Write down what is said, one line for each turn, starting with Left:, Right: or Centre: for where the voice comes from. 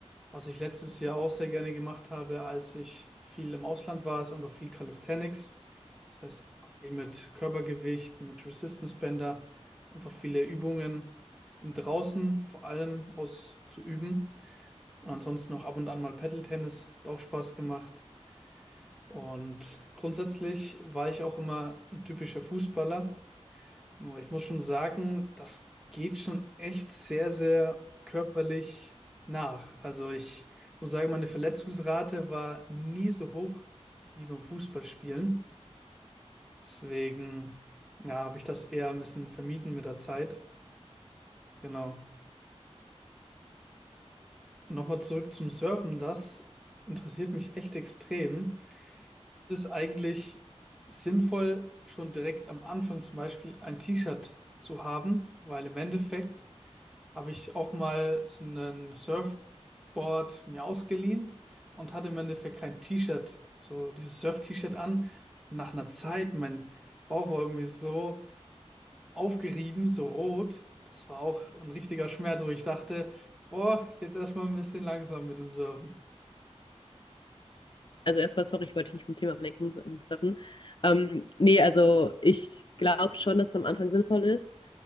Centre: Was ich letztes Jahr auch sehr gerne gemacht habe, als ich viel im Ausland war, ist einfach viel Calisthenics. Das heißt, einfach viel mit Körpergewicht, mit Resistance Bänder, einfach viele Übungen im Draußen vor allem auszuüben. Und ansonsten noch ab und an mal Paddle-Tennis, hat auch Spaß gemacht. Und grundsätzlich war ich auch immer ein typischer Fußballer. Nur ich muss schon sagen, das geht schon echt sehr, sehr körperlich nach. Also ich muss sagen, meine Verletzungsrate war nie so hoch wie beim Fußballspielen. Deswegen, ja, habe ich das eher ein bisschen vermieden mit der Zeit. Genau. Und nochmal zurück zum Surfen, das interessiert mich echt extrem. Es ist eigentlich sinnvoll, schon direkt am Anfang zum Beispiel ein T-Shirt zu haben, weil im Endeffekt habe ich auch mal so ein Surfboard mir ausgeliehen und hatte im Endeffekt kein T-Shirt, so dieses Surf-T-Shirt an. Und nach einer Zeit, mein Bauch war irgendwie so aufgerieben, so rot. Das war auch ein richtiger Schmerz, wo ich dachte, boah, jetzt erstmal ein bisschen langsam mit dem Surfen.
Left: Also erstmal, sorry, ich wollte dich nicht vom Thema ablenken. Ähm, sorry. Ähm, nee, also ich glaube schon, dass es am Anfang sinnvoll ist